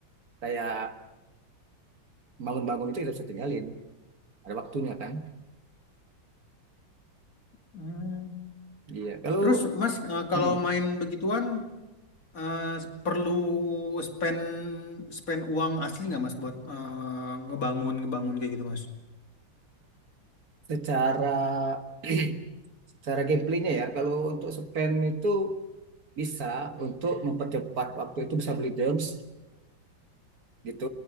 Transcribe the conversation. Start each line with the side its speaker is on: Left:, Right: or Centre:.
Right: kayak bangun-bangun itu kita bisa tinggalin ada waktunya kan
Left: Hmm.
Right: iya kalau
Left: Terus Mas eh, kalau
Right: mm,
Left: main begituan eh, perlu spend spend uang asli nggak Mas buat eh, ngebangun ngebangun kayak gitu Mas?
Right: secara <clears throat> secara gameplaynya ya kalau untuk spend itu bisa untuk mempercepat waktu itu bisa beli gems gitu